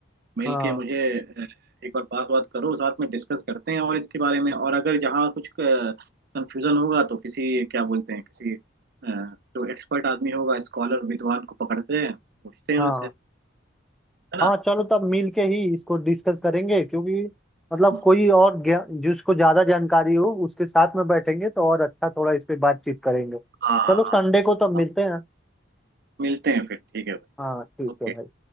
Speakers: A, on the right; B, in the centre.
A: मिल
B: हाँ
A: के मुझे अ, एक बार बात बात करो साथ में डिस्कस करते हैं और इसके बारे में और अगर यहाँ कुछ कंफ्यूजन होगा तो किसी क्या बोलते हैं किसी अ, जो एक्सपर्ट आदमी होगा स्कॉलर विद्वान को पकड़ते हैं पूछते हैं
B: हाँ
A: उनसे है ना
B: हाँ चलो तब मिल के ही इसको डिस्कस करेंगे क्योंकि मतलब
A: हम्म,
B: कोई और ज्ञा- जिसको ज्यादा जानकारी हो उसके साथ में बैठेंगे तो और अच्छा थोड़ा इस पे बातचीत करेंगे
A: हाँ हाँ
B: चलो संडे
A: हाँ
B: को तब
A: हाँ
B: मिलते हैं
A: मिलते हैं फिर ठीक है भाई
B: हाँ ठीक
A: ओके
B: है भाई